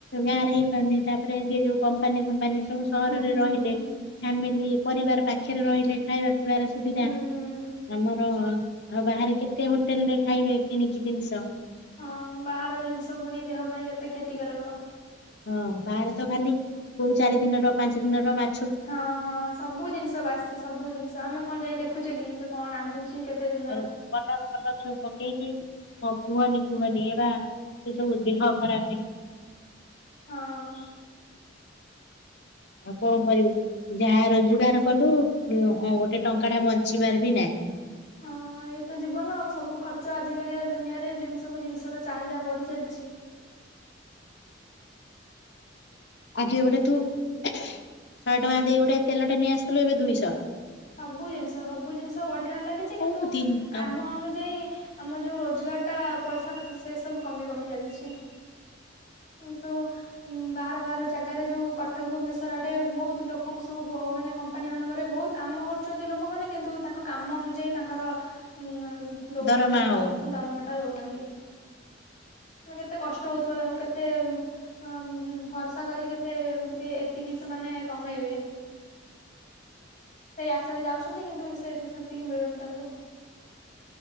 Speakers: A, on the left; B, on the left.
A: ଗାଁ ରେ ହେଇପାରୁନି ତାପରେ ଯିଏ ଯୋଉ କମ୍ପାନୀ ଫମ୍ପାନୀ ସବୁ ସହରରେ
B: ହୁଁ ହୁଁ
A: ରହିଲେ ଫ୍ୟାମିଲି ପରିବାର ପାଖରେ ରହିଲେ ଖାଇବା ପିଇବାର ସୁବିଧା।
B: ହୁଁ ହୁଁ
A: ଆମର ଆ ବାହାରେ କେତେ ହୋଟେଲ ରେ ଖାଇବେ କିଣିକି ଜିନିଷ।
B: ହଁ ବାହାର ଜିନିଷ ପୁଣି ଦେହ ପାଇଁ କେତେ କ୍ଷତିକାରକ।
A: ହଁ ବାହାରେ ତ ଖାଲି କୋଉ ଚାରି ଦିନର ପାଞ୍ଚ ଦିନର ମା
B: ହଁ ହଁ ସବୁ ଜିନିଷ ବାସି ସବୁ ଜିନିଷ ଆମେ କଣ ଯାଇ ଦେଖୁଛେ କି ସେ କଣ ରାନ୍ଧୁଛି କେତେ ଦି
A: ଆଉ କଲର ଫାଲର ସବୁ ପକେଇଛି ମୋ କୁହନି କୁହନି ଏ ବା ସେ ସବୁ ଦେହ ଖରାପ।
B: ହଁ।
A: ଆଉ କଣ କରିବୁ ଯାହା ରୋଜଗାର କଲୁ ଗୋଟେ ଟଙ୍କା ଟା ବଞ୍ଚିବାର ବି ନାହିଁ। ହ
B: ହଁ ଏଇତ ଜୀବନ ଆଉ ସବୁ ଖର୍ଚ୍ଚ ଆଜିକାଲି ଦୁନିଆରେି ସବୁ ଜିନିଷ ର ଚାହିଦା ବଢି ଚାଲିଛି।
A: ଆଗ ଗୋଟେ ତୁ ଶହେ ଟଙ୍କା ଦେଇ ଗୋଟେ ତେଲଟେ ନେଇଆସିଥିଲୁ ଏବେ ଦୁଇଶହ।
B: ସବୁ ଜିନିଷ ସବୁ ଜିନିଷ ବଢିବାର ଲାଗିଛି
A: କୋଉ
B: କିନ୍ତୁ
A: ଦିନ
B: କାମ ଅନୁଯାୟୀ ଆମର ଯୋଉ ରୋଜଗାର ଟା ପଇସା ସେ ସବୁ କମି କମି ଚାଲିଛି। ହୁ ତ ଉ ବାହାର ବାହାର ଜାଗାରେ ଯେଉଁ କଟକ ଭୁବନେଶ୍ୱର ଆଡ଼େ ବହୁତ ଲୋକଙ୍କ ସବୁ ମାନେ କମ୍ପାନୀମାନାନଙ୍କରେ ବହୁତ କାମ କରୁଛନ୍ତି ଲୋକମାନେ କିନ୍ତୁ ତାଙ୍କ କାମ ଅନୁଯାୟୀ ତାଙ୍କର ଉ ଦଉନାହାନ୍ତି
A: ଦରମା
B: ତାଙ୍କର
A: ହଉନି
B: ଦରମାଟା ଦଉନାହାନ୍ତି। ମ କେତେ କଷ୍ଟ ହଉଥିବା ତାଙ୍କୁ କେତେ ଅ ଭରସା କରି କେତେ ଏତିକି ସେମାନେ କମେଇବେ। ସେଇ ଆସରେ ଯାଉଛନ୍ତି କିନ୍ତୁ ସେ ସେତିକି ମିଳୁନି ତାଙ୍କୁ।